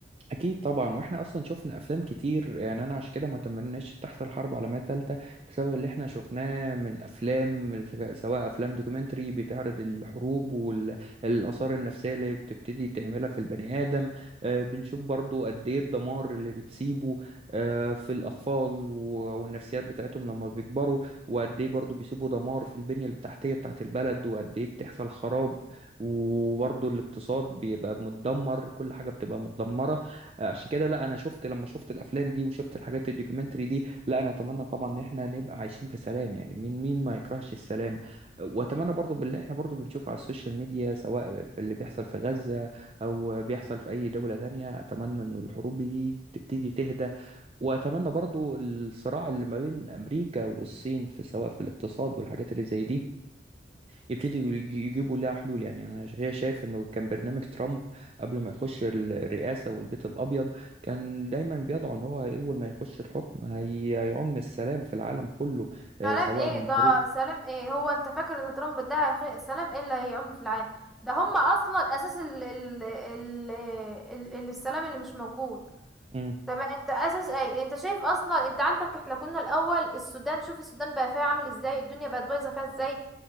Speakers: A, on the right (about 35°); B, in the centre.
A: اكيد طبعا واحنا اصلا شفنا افلام كتير يعني انا عشان كده ما تمناش تحصل حرب عالميه ثالثه بسبب اللي احنا شفناه من الافلام سواء افلام دوكيومنتري بتعرض الحروب والاثار النفسيه اللي بتبتدي تعملها في البني ادم آه، بنشوف برضو قد ايه الدمار اللي بتسيبه آه، في الاطفال و- والنفسيات بتاعتهم لما بيكبروا وقد ايه برضو بيسيبوا دمار في البنيه التحتيه بتاعت البلد وقد ايه بتحصل خراب وبرضو الاقتصاد بيبقى متدمر كل حاجه بتبقى متدمره عشان كده لا انا شفت لما شفت الافلام دي وشفت الحاجات الدوكيومنتري دي لا انا اتمنى طبعا ان احنا نبقى عايشين في سلام يعني مين مين ما يكرهش السلام واتمنى برضو باللي احنا برضو بنشوفه على السوشيال ميديا سواء في اللي بيحصل في غزة او بيحصل في اي دولة تانية اتمنى ان الحروب دي تبتدي تهدى واتمنى برضو الصراع اللي ما بين امريكا والصين في سواء في الاقتصاد والحاجات اللي زي دي يبتدوا يجيبوا لها حلول يعني انا ش- هي شايف انه كان برنامج ترامب قبل ما يخش ال- الرئاسه والبيت الابيض كان دايما بيضع ان هو اول ما يخش الحكم هي- هيعم السلام في العالم كله آه،
B: سلام
A: سواء
B: ايه
A: من
B: ده
A: حروب
B: سلام ايه هو انت فاكر ان ترامب ده هيخ... سلام ايه اللي هيعم في العالم ده هم اصلا اساس ال... ال... ال... ال... ال... السلام اللي مش موجود
A: مم.
B: تمام انت اساس ايه انت شايف اصلا انت عندك احنا كنا الاول السودان شوف السودان بقى فيها عامل ازاي الدنيا بقت بايظه فيها ازاي